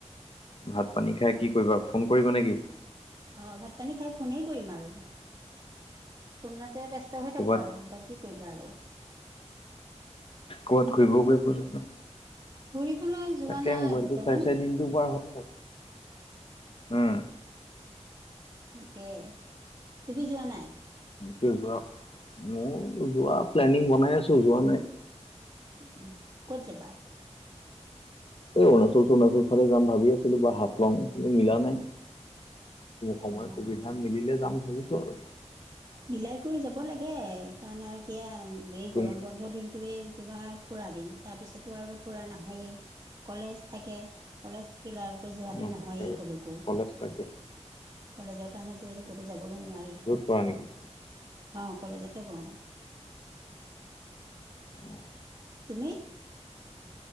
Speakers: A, on the left; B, on the right.
A: ভাত পানী খাই কি কৰিবা ফোন কৰিবা নেকি?
B: অ' ভাত পানী খাই ফোনেই কৰিম আৰু, ফোনতে ব্যস্ত হৈ
A: ক'ৰবাত
B: থাকোঁ আৰু তাকে। কি কৰিবা আৰু।
A: ক'বাত ঘূৰিব গৈ <unintelligible> নাই।
B: ঘূৰিবলৈ যোৱা
A: তাকে
B: নাই
A: মোবাইলটো
B: বৰ্তমান।
A: চাই চাই দিনটোৰ পৰা হয় আৰু, উম।
B: ঠিকে, তুমি যোৱা নাই?
A: যোৱা মোৰ, যোৱা প্লেনিং বনাই আছো যোৱা নাই।
B: উম ক'ত যাবা?
A: এই অৰুণাচল চৰুণাচল ফালে যাম ভাবি আছিলো বা হাফলং কিন্তু মিলা নাই।
B: অ'।
A: সময় সুবিধা মিলিলে যাম ভাবিছো আৰু।
B: মিলাই কৰি যাব লাগে কাৰণ আৰু এতিয়া এই
A: তুমি
B: গৰম বন্ধ পৰা দিনটোৱে তোমাৰ ফুৰা দিন তাৰপিছতো আৰু ফুৰা নহয়েই। কলেজ থাকে, কলেজ থাকিলে আৰু কতো যোৱাটো
A: নহয়
B: নহয়েই
A: আৰু
B: ক'লকো,
A: কলেজ থাকে
B: কলেজৰ কাৰণেতেতো ক'তো যাবলৈ নোৱাৰি।
A: হয় নেকি।
B: অ' কলেজতে পঢ়ো।
A: অ'।
B: তুমি?